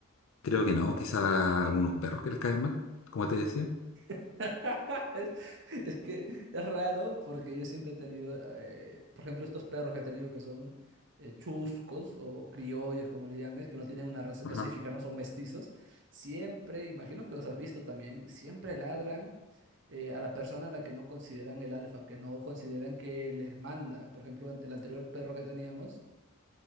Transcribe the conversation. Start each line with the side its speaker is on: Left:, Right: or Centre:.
Left: Creo que no, quizá algunos perros que les caen mal, como te decía.
Right: <laughs> Es, es que es raro porque yo siempre he tenido, eh, por ejemplo, estos perros que he tenido que son eh, chuscos o criollos, como le llames, que no tienen una raza
Left: Ajá,
Right: específica, ¿no? Son mestizos. Siempre, imagino que los has visto también, siempre ladran eh, a la persona a la que no consideran el alfa, que no consideran que les manda. Por ejemplo, an- el anterior perro que teníamos,